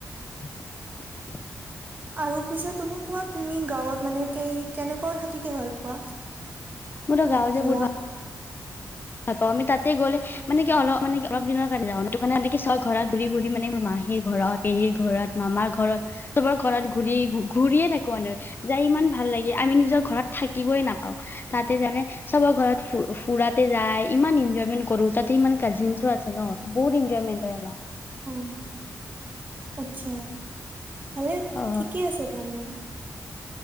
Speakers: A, on the left; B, on the right.
A: <unintelligible>
B: আৰু পিছে তুমি কোৱা, তুমি গাওঁত মানে কেই কেনেকুৱা থাকিকে ভাল পোৱা?
A: মোৰ তো
B: ক'ত
A: গাঁৱ
B: ঘূৰা
A: যে বহুত ভাল ভাল পাওঁ। আমি তাতে গ'লে মানে কি অলপ মানে কি অলপ দিনৰ কাৰণে যাওঁ৷সিটো কাৰণে চ'ব ঘৰত ঘূৰি ঘূৰি মানে মাহীৰ ঘৰত, পেহীৰ ঘৰত, মামাৰ ঘৰত চবৰ ঘৰত ঘুৰিয়ে ঘুৰিয়ে থাকোঁ৷ মানে যাই ইমান ভাল লাগে৷ আমি নিজৰ ঘৰত থাকিবই নাপাওঁ৷ তাতে জানে চবৰ ঘৰত ফুৰ ফুৰা তাতে যায় ইমান ইনঞ্চয়মেণ্ট কৰোঁ, তাতে ইমান কাজিনছো আছে ন? বহুত এনঞ্চয়মেন্ট হয় আমাৰ৷
B: অ' আচ্ছা ভালে৷
A: অ
B: ঠিকেই আছে তাৰমানে